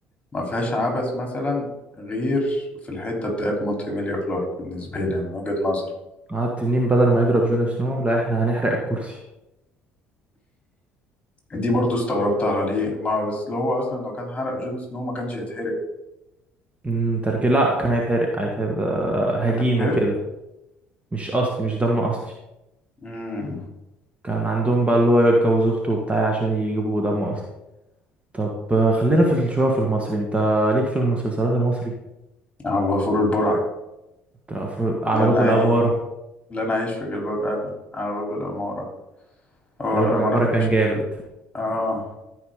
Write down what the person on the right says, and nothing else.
قعد تنين بدل ما يضرب جون سنو لا احنا هنحرق الكرسي
امم، ترجي لا كان هيتحرق هيتحرق ده هجين
وكده مش أصلي مش دم أصلي
كان عندهم بقى اللي هو يتجوز أخته وبتاع عشان يجيبوا دم أصلي طب آه، خلينا في شوية في المصري انت ليك في المسلسلات المصري
بتاع فر- على
باب
العمارة
على باب
العمارة
كان
جامد